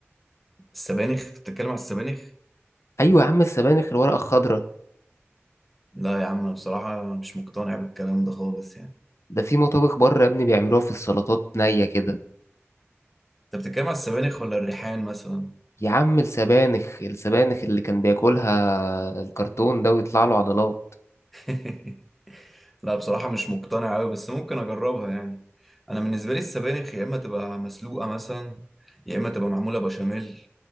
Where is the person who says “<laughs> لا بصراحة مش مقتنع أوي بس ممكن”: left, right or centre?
Centre